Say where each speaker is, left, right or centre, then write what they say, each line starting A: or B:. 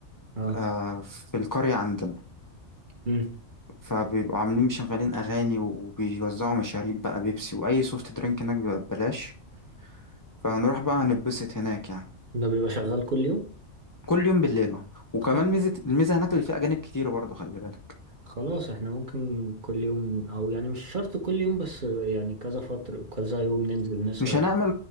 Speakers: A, on the right (about 40°); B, on the left (about 25°).
A: اه
B: آه في القرية عندنا
A: مم.
B: فبيبقوا عاملين مشغلين أغاني وبيوزعوا مشاريب بقى بيبسي وأي سوفت درينك هناك بيبقى ببلاش فهنروح بقى هنتبسط هناك يعني
A: ده بيبقى شغال كل يوم
B: كل يوم بالليل أهو. وكمان
A: خلاص
B: ميزة الميزة هناك اللي فيها أجانب كتير برضه خلي بالك
A: خلاص احنا ممكن كل يوم او يعني مش شرط كل يوم بس يعني كذا فترة كذا يوم ننزل نسهر
B: مش هنعمل